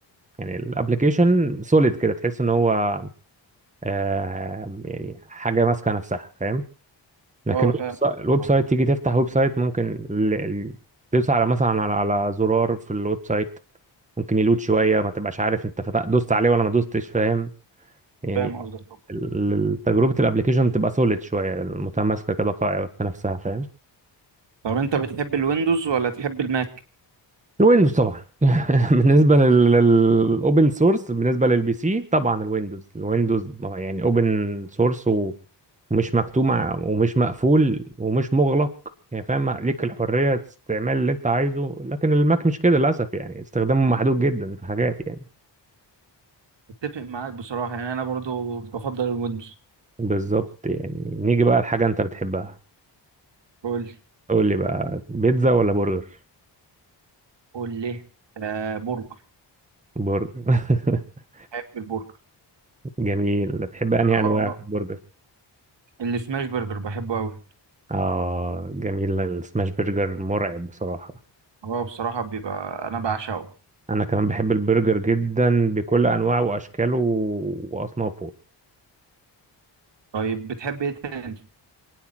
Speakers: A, on the right; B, on the right.
A: يعني الابلكيشن سوليد كده تحس ان هو آه، يعني حاجه ماسكه نفسها فاهم لكن
B: اه
A: الويب
B: فاهم
A: سايت الويب
B: طب
A: سايت تيجي تفتح ويب سايت ممكن ال- ال- تدوس على مثلا على على زرار في الويب سايت ممكن يلود شويه ما تبقاش عارف انت فتح دوست عليه ولا ما دوستش فاهم يعني
B: فاهم قصدك طب
A: ال- ال- تجربه الابلكيشن تبقى سوليد شويه متماسكه كده قائمه في نفسها فاهم
B: طب انت بتحب الويندوز ولا تحب الماك
A: الويندوز طبعا <laughs> بالنسبه للاوبن سورس بالنسبه للبي سي طبعا الويندوز الويندوز يعني اوبن سورس ومش مكتوم مع- ومش مقفول ومش مغلق يعني فاهم ليك الحريه استعمال اللي انت عايزه لكن الماك مش كده للاسف يعني استخدامه محدود جدا في حاجات يعني
B: اتفق معاك بصراحه يعني انا برضو بفضل الويندوز
A: بالظبط يعني نيجي بقى لحاجه انت بتحبها
B: قول
A: قول لي بقى بيتزا ولا برجر
B: قول ليه آه برجر
A: برجر <laughs>
B: بحب البرجر
A: جميل بتحب انهي
B: اه
A: انواع في البرجر
B: السماش برجر بحبه قوي
A: اه جميل السماش برجر مرعب بصراحه
B: هو بصراحه بيبقى انا بعشقه
A: انا كمان بحب البرجر جدا بكل انواعه واشكاله واصنافه
B: طيب بتحب ايه تاني